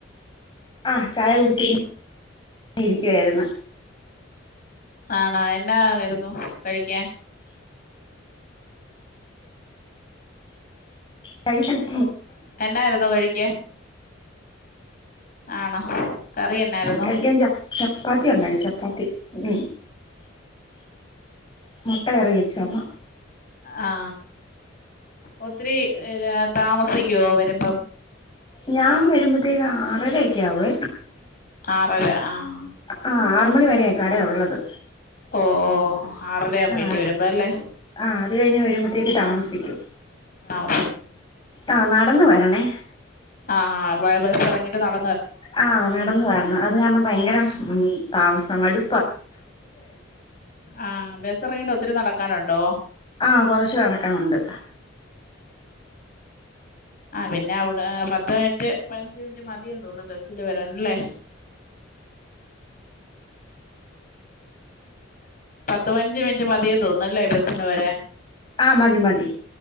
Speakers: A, on the left (about 25°); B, on the left (about 45°).
A: ആ ചായ കുടിച്ച്‌യിങ്ങനെ ഇരിക്കുവായിരുന്നു
B: ആണോ എന്നായിരുന്നു കഴിക്കാൻ
A: കഴിക്ക -
B: എന്നായിരുന്നു കഴിക്കാൻ ആണോ കറി എന്നായിരുന്നു
A: കഴിക്കാൻ ച ചപ്പാത്തി ഉണ്ടാക്കി ചപ്പാത്തി മ് മുട്ട കറി വെച്ചു അമ്മ
B: ആ ഒത്തിരി താമസിക്കുവോ വരുമ്പം
A: ഞാൻ വരുമ്പോത്തേക്കിന് ആറര ഒക്കെ ആവുവേ
B: ആറര ആഹ
A: ആ ആറ് മണി വരെയ കട ഉള്ളത്
B: ഓ ആറരയാ
A: ആ
B: വീട്ടിൽ വരുമ്പോ അല്ലേ
A: ആ അത് കഴിഞ്ഞ് വരുമ്പഴത്തേക്ക് താമസിക്കും
B: താമസിക്കും
A: ആഹ് നടന്ന് വര ണെ
B: ആഹ് ബസ് ഇറങ്ങിയിട്ട് നട
A: ആഹ നടന്ന വണം അത് കാരണം ഭയങ്കരം ഉ താമസ മടു
B: ആഹ ബസ് ഇറങ്ങിട്ട് ഒത്തി ഒത്തിരി നടക്കാനുണ്ടോ
A: ആഹ കൊറച്ചു നടക്കാനുണ്ട്
B: ആഹ പിന്നെ അവിടെ പത്ത് മിനിറ്റ് പതിനഞ്ചു മിനിറ്റ് മതി തോന്നുന്നു ബസില് വരാനല്ലേ പത്ത് പതിനഞ്ചു മിനിറ്റ് മതി തോന്നല്ലേ ബസിന് വരാൻ
A: ആഹ മതി മതി